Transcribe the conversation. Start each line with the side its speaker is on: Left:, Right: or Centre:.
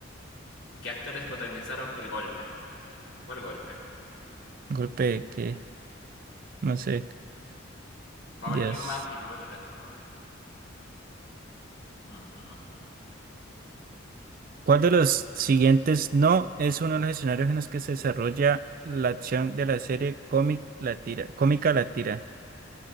Left: ¿Qué actores protagonizaron El Golpe? ¿Cuál golpe?
Right: Golpe que, no sé.
Left: Paul
Right: Dios.
Left: Newman y Robert Redford. Ujú.
Right: ¿Cuál de los siguientes no es uno de los escenarios en los que se desarrolla la acción de la serie cómic la tira, cómica la tira?